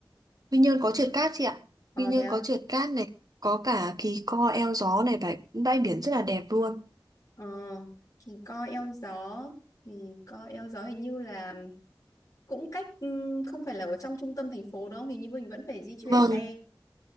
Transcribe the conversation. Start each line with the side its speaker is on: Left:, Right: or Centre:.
Right: Quy Nhơn có trượt cát chị ạ
Left: Ờ
Right: Quy Nhơn
Left: thế à?
Right: có trượt cát này có cả Kỳ Co eo gió này bãi bãi biển rất là đẹp luôn
Left: Ờ thì coi eo gió thì coi eo gió hình như là cũng cách ừm, không phải là ở trong trung tâm thành phố đúng không? Hình như mình vẫn phải di chuyển
Right: vâng
Left: xe.